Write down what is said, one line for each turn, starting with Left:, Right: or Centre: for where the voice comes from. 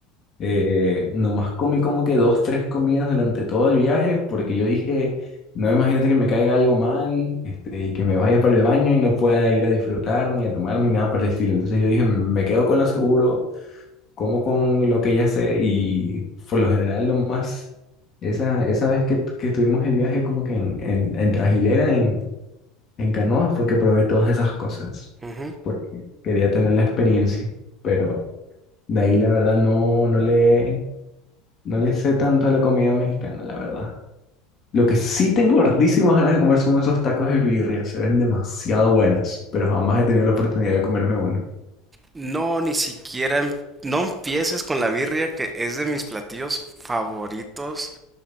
Left: Eh, nomás comí como que dos, tres comidas durante todo el viaje porque yo dije, no imagínate que me caiga algo mal, este, y que me vaya para el baño y no pueda ir a disfrutar ni a tomar ni nada por el estilo. Entonces yo dije, me quedo con lo seguro, como con lo que ya sé y por lo general nomás esa, esa vez que, que estuvimos el viaje como que en, en, en Trajilera, en, en canoa, fue que probé todas esas cosas
Right: ujú.
Left: porque quería tener la experiencia, pero de ahí la verdad no, no le... No le sé tanto a la comida mexicana, la verdad. Lo que sí tengo hartísimas ganas de comer son esos tacos de birria. Se ven demasiado buenas, pero jamás he tenido la oportunidad de comerme uno.
Right: No, ni siquiera, em- no empieces con la birria, que es de mis platillos favoritos.